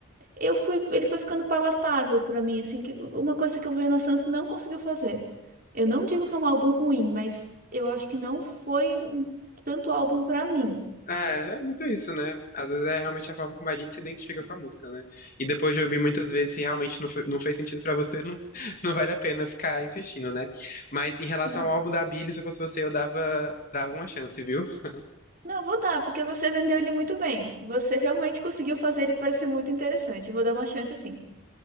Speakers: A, on the right; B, on the left.
A: eu fui, ele foi ficando palatável para mim, assim, que uma coisa que o Renaissance não conseguiu fazer. Eu não digo que é um álbum ruim, mas eu acho que não foi um tanto álbum para mim.
B: É, é muito isso, né? Às vezes é realmente a forma como a gente se identifica com a música, né? E depois de ouvir muitas vezes, se realmente não, foi- não fez sentido pra você, não, <laughs> não vale a pena ficar insistindo, né? Mas em relação
A: Não.
B: ao álbum da Billie, se eu fosse você, eu dava, dava uma chance, viu? <laughs>
A: Não, vou dar, porque você vendeu ele muito bem. Você realmente conseguiu fazer ele parecer muito interessante. Eu vou dar uma chance sim.